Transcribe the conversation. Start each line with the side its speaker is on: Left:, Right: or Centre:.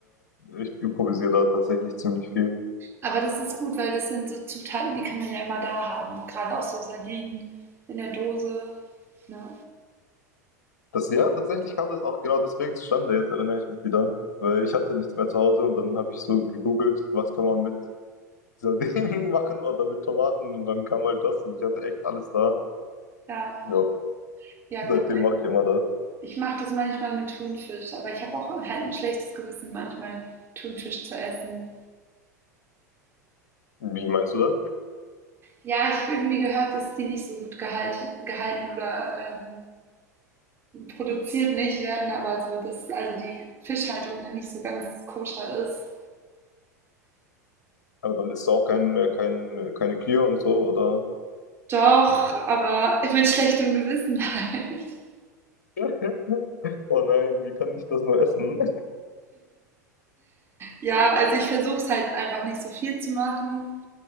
Left: ich improvisiere da tatsächlich ziemlich viel.
Right: Aber das ist gut, weil das sind so Zutaten, die kann man ja immer da haben. Gerade auch so Sardinen in der Dose. Ne?
Left: Das, ja, tatsächlich kam das auch genau deswegen zustande, jetzt erinnere ich mich wieder. Weil ich hatte nichts mehr zu Hause und dann habe ich so gegoogelt, was kann man mit dieser <laughs> Ding machen oder mit Tomaten und dann kam halt das und ich hatte echt alles da.
Right: Ja,
Left: Ja,
Right: ja.
Left: seitdem
Right: cool.
Left: mache ich immer das.
Right: Ich mache das manchmal mit Thunfisch, aber ich habe auch halt ein schlechtes Gewissen, manchmal Thunfisch zu essen.
Left: Wie meinst du das?
Right: Ja, ich habe irgendwie gehört, dass die nicht so gut gehalten, gehalten oder ähm, produziert nicht werden, aber so dass also die Fischhaltung ja nicht so ganz koscher ist.
Left: Aber dann isst du auch kein, äh, kein, äh, keine Kühe und so, oder?
Right: Doch, aber mit schlechtem Gewissen halt. <laughs>
Left: <laughs> Oh nein, wie kann ich das nur essen?
Right: Ja, also ich versuche es halt einfach nicht so viel zu machen